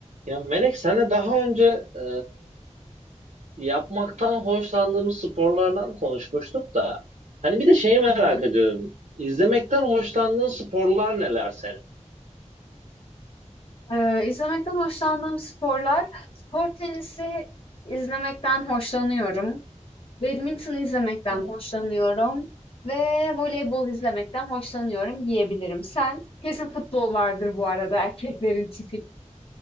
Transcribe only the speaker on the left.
Hı
hı.
Eee, izlemekten hoşlandığım sporlar, spor tenisi izlemekten hoşlanıyorum. Badminton izlemekten
hoşlanıyorum ve voleybol izlemekten hoşlanıyorum diyebilirim. Sen? Kesin futbol vardır bu arada erkeklerin tipik.